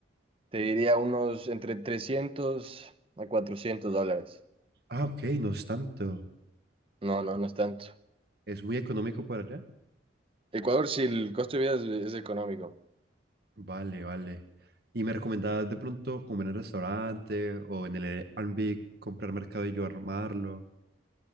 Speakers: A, on the right (about 30°); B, on the right (about 55°).
A: te diría unos entre 300 a 400 dólares.
B: Ah, ok, no es tanto.
A: No, no, no es tanto.
B: Es muy económico por allá.
A: Ecuador, si el costo de vida es, es económico.
B: Vale, vale. ¿Y me recomendabas de pronto comer en el restaurante o en el Airbnb, comprar mercado y yo armarlo?